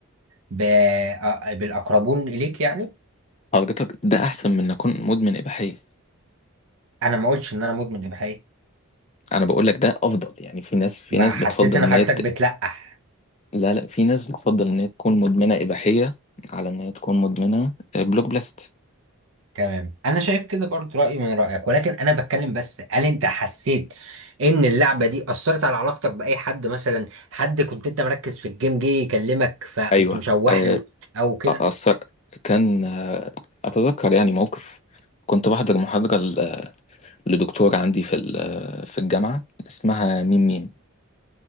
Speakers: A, on the right; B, on the left.
A: ب... آه، بالأقربون إليك يعني
B: حضرتك ده أحسن من إن أكون مدمن إباحية
A: انا ما قلتش ان انا مدمن يا بحقيقة
B: أنا بقول لك ده أفضل يعني في ناس في
A: ما
B: ناس
A: حسيت
B: بتفضل
A: ان
B: إن
A: حضرتك
B: هي ت...
A: بتلقح
B: لا لا في ناس بتفضل إن هي تكون مدمنة إباحية على إن هي تكون مدمنة آه، بلوك بلاست
A: تمام انا شايف كده برضو رايي من رايك ولكن انا بتكلم بس هل انت حسيت ان اللعبه دي اثرت على علاقتك باي حد مثلا حد كنت انت مركز في الجيم جه يكلمك فقمت
B: أيوه
A: مشوح
B: آه،
A: له او كده
B: أثر كان آه، أتذكر يعني موقف كنت بحضر محاضرة لدكتورة عندي في ال- في الجامعة اسمها ميم ميم